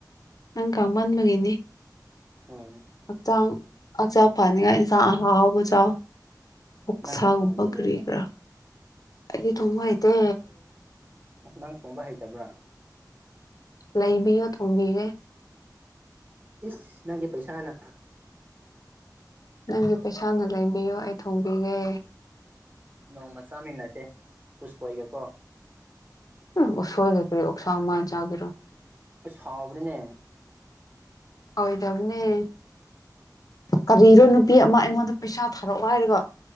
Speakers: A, on the left; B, on the right.
A: ꯅꯪ ꯀꯪꯃꯟꯕꯒꯤꯅꯤ
B: ꯎꯝ
A: ꯍꯛꯆꯥꯡ ꯍꯛꯆꯥꯡ ꯐꯅꯤꯉꯥꯏ ꯏꯟꯁꯥꯡ ꯑꯍꯥꯥꯎ ꯑꯍꯥꯎꯕ ꯆꯥꯎ ꯑꯣꯛꯁꯥꯒꯨꯝꯕ
B: ꯅꯪꯅ ꯊꯣꯡꯕꯤꯗ꯭ꯔꯒ
A: ꯀꯔꯤ ꯀꯔꯥ ꯑꯩꯗꯤ ꯊꯣꯡꯕ ꯍꯩꯇꯦ
B: ꯑ ꯅꯪ ꯊꯣꯡꯕ ꯍꯩꯇꯕ꯭ꯔꯥ
A: ꯂꯩꯕꯤꯌꯣ ꯊꯣꯡꯕꯤꯒꯦ
B: ꯏꯁ ꯅꯪꯒꯤ ꯄꯩꯁꯥꯅ
A: ꯅꯪꯒꯤ ꯄꯩꯁꯥꯅ ꯂꯩꯕꯤꯌꯨ ꯑꯩ ꯊꯣꯡꯕꯤꯒꯦ
B: ꯅꯣꯡꯃ ꯆꯥꯃꯤꯟꯅꯁꯦ ꯎꯁꯣꯏꯒꯀꯣ
A: ꯎꯝ ꯎꯁꯣꯏꯒ ꯀꯔꯤ ꯑꯣꯛꯁꯥ ꯀꯃꯥꯏ ꯆꯥꯒꯦꯔꯣ
B: ꯑꯩꯁ ꯍꯥꯎꯕꯅꯤꯅꯦ
A: ꯑꯣꯏꯗꯕꯅꯤ ꯀꯔꯤꯔꯣ ꯅꯨꯄꯤ ꯑꯃ ꯑꯩꯉꯣꯟꯗ ꯄꯩꯁꯥ ꯊꯥꯔꯛꯑꯣ ꯍꯥꯏꯔꯒ